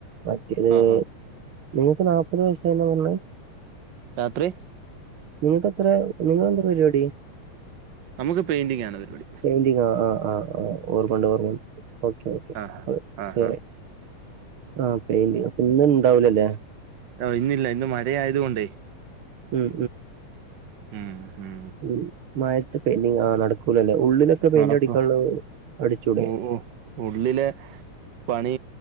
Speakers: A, on the right (about 50°); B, on the right (about 80°).
A: മറ്റേത്
B: ആ ആ
A: നിങ്ങക്ക് നാല്പ്പത് വയസാന്നാ പറഞ്ഞേ
B: രാത്രി.
A: നിങ്ങക്ക് എത്ര നിങ്ങക്ക് എന്തരു പരിപാടി
B: നമുക്ക് പെയിന്റിംഗ് ആണ് പരുപടി.
A: പെന്റിങ്ങോ ആഹ്, ആഹ് ഓർമണ്ട്, ഓർമണ്ട് ഓക്കെ ഓക്കേ.
B: ആ
A: ഒ
B: ആ ആ
A: അ ആ പെയിന്റ് അ ഇന്ന് ഇണ്ടാവുലല്ലേ?
B: ഇന്നില്ല ഇന്ന് മഴ ആയത് കൊണ്ടേ
A: ഉം
B: ഉം ഉം
A: ഉ മഴത്ത് പെയിന്റിങ് ആ നടക്കൂലല്ലേ ഉള്ളിലൊക്കെ പെയിന്റ്
B: നടക്കും
A: അടിക്കാനുള്ള അടിച്ചൂടേ?
B: ഓ ഓ ഉള്ളിലെ പണി